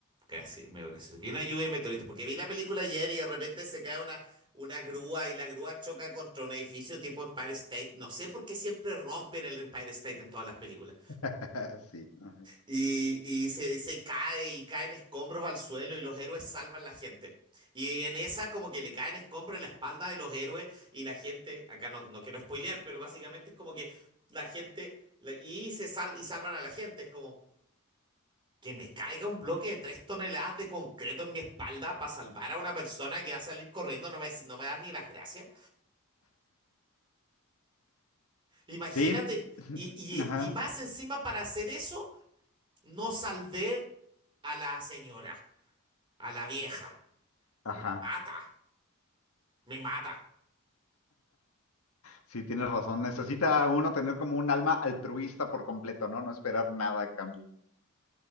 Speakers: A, on the right (about 20°); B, on the left (about 75°).
A: graci- medio gracioso. Viene una lluvia de meteoritos, porque vi la película ayer y de repente se cae una, una grúa y la grúa choca contra un edificio tipo Empire State. No sé por qué siempre rompen el Empire State en todas las películas.
B: <laughs> Sí, ajá.
A: Y, y se, se cae y caen escombros al suelo y los héroes salvan la gente. Y en esa como que le caen escombros en la espalda de los héroes y la gente, acá no, no quiero spoilear, pero básicamente es como que la gente, la- y se sal, y salvan a la gente, es como que me caiga un bloque de tres toneladas de concreto en mi espalda para salvar a una persona que va a salir corriendo, no me, no me dan ni las gracias. Imagínate,
B: sí, <laughs>
A: y, y,
B: ajá,
A: y más encima para hacer eso, no salvé a la señora. a la vieja.
B: ajá.
A: Me mata, me mata.
B: Sí, tienes razón. Necesita uno tener como un alma altruista por completo, ¿no? No esperar nada a cambio.